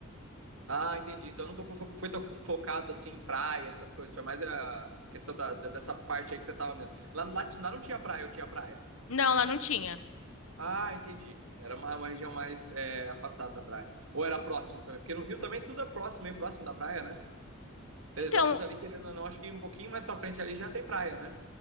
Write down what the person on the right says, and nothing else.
Ah, entendi. Então eu não tô fo- foi to- focado assim em praia, essas coisas. Foi mais a questão da, da- dessa parte aí que você tava mesmo. Lá, lá, t- lá não tinha praia, eu tinha praia.
Ah, entendi. Era uma, uma região mais é, afastada da praia. Ou era próximo também, porque no Rio também tudo é próximo, meio próximo da praia, né? Teresópolis
ali, querendo ou não, acho que um pouquinho mais pra frente ali já tem praia, né?